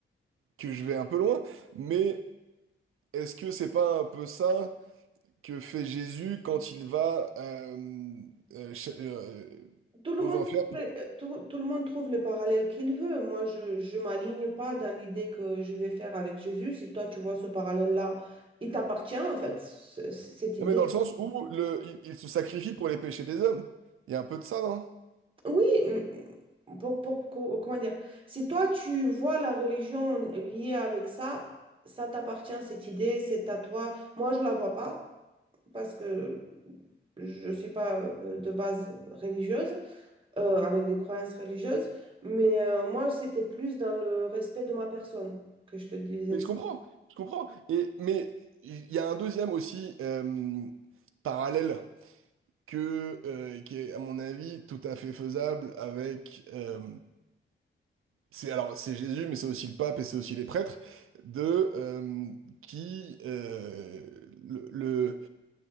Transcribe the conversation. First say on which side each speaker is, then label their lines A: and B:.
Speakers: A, on the right; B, on the right.
A: que je vais un peu loin, mais est-ce que c'est pas un peu ça? que fait Jésus quand il va euh, euh, ch- euh,
B: tout le
A: aux
B: monde
A: enfers.
B: trouve les- euh, tout, tout le monde trouve le parallèle qu'il veut. Moi, je je m'aligne pas dans l'idée que je vais faire avec Jésus. Si toi tu vois ce parallèle-là, il t'appartient en fait, ce- cette idée.
A: Non, mais dans le sens où le, il, il se sacrifie pour les péchés des hommes. Il y a un peu de ça, non?
B: Oui, m- pour, pour- co- comment dire, si toi tu vois la religion liée avec ça, ça t'appartient, cette idée, c'est à toi. Moi, je la vois pas parce que je suis pas de, de base religieuse, euh, avec des croyances religieuses, mais euh, moi, c'était plus dans le respect de ma personne que je te disais
A: Mais
B: de
A: je
B: ça.
A: comprends, je comprends. Et, mais il y a un deuxième aussi euh, parallèle que, euh, qui est, à mon avis, tout à fait faisable avec... euh, c'est, alors, c'est Jésus, mais c'est aussi le pape et c'est aussi les prêtres, de, euh, qui... euh, le, le-